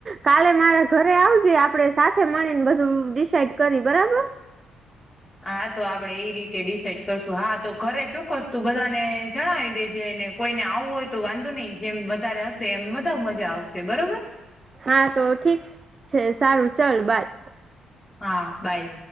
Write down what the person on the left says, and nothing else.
હા તો આપડે એ રીતે ડિસાઈડ કરશું હા તો ઘરે ચોક્કસ તું બધાને જણાવી દેજે ને કોઈને આવવું હોય તો વાંધો નહી જેમ વધારે હશે એમ બા મજા આવશે બરોબર.
હા બાય.